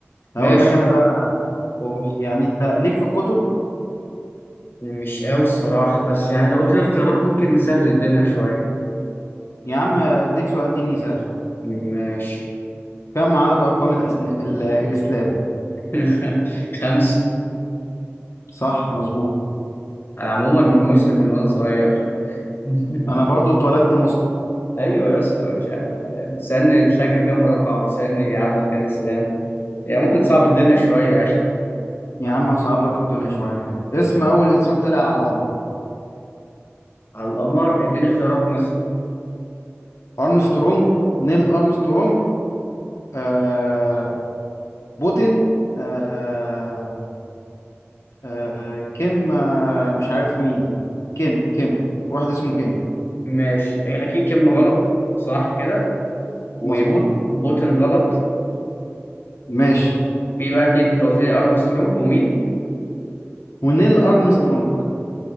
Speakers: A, on the left; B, on the left.
A: ماشي
B: هقول لك انا بقى
A: قول
B: يعني انت ليك في الكتب
A: مش قوي الصراحة بس يعني لو قلت لي اختيارات ممكن نسهل الدنيا شوية
B: يا عم اديك سؤال ديني سهل
A: ماشي
B: كم عدد ارقام الأسن... ال... الاسلام
A: <laughs> خمسة
B: صح مظبوط
A: أنا عموما مسلم من وأنا صغير <laughs>
B: انا برضو اتولدت مسلم
A: أيوة يا اسطى مش ع- تسألني الفجر كام ركعة تسألني عدد أركان الإسلام يعني ممكن تصعب الدنيا شوية يا أخي
B: يا عم اصعب لك الدنيا شويه اسم اول انسان طلع على القمر
A: على القمر اديني اختيارات مثلا
B: ارمسترونج نيل ارمسترونج آه بوتين آه آه كيم آه مش عارف مين ده كيم كيم واحد اسمه كيم
A: ماشي إيه، اكيد كلمه غلط صح كده وبوتين
B: مظبوط
A: غلط
B: ماشي
A: في بقى اتنين انت قلت لي ارمسترونج ومين
B: ونيل ارمسترونج